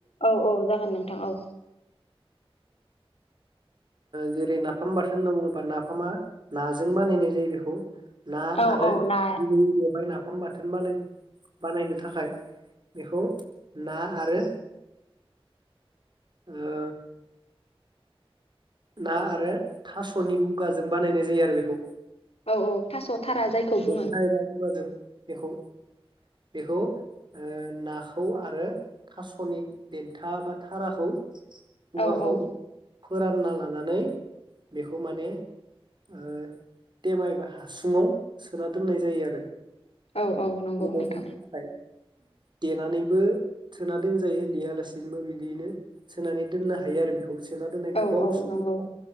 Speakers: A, on the left (about 85°); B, on the right (about 50°).
A: औ औ जागोन नोंथां औ।
B: जेरै नाफाम बाथोन होनना बुङोब्ला नाफामा नाजों बानायनाय जायो बेखौ। ना
A: औ
B: आरो
A: औ ना
B: गिबिबै बेवहाय ना ओंखाम बाथोन बानाय बानायनो थाखाय बेखौ ना आरो ओ ना आरो थासनि बुगाजों बानायनाय जायो आरो बेखौ
A: औ औ थास थारा जायखौ बुङो
B: देन्था एबा बिबारजों। बेखौ बेखौ ओ नाखौ आरो थासनि देथा बा थाराखौ बुगाखौ
A: औ औ।
B: फोरानना लानानै बेखौ माने ओ थेमा बा हासुङाव सोना दोननाय जायो आरो।
A: औ औ नंगौ
B: गोबाव
A: नोंथां।
B: समनि थाखाय देनानैबो सोना दोनजायो देयालासिनोबो बिदियैनो सोनानै दोननो हायो आरो बेखौ सोना दोननाय
A: औ
B: गोबाव
A: औ
B: समनिफ्राइ
A: नंगौ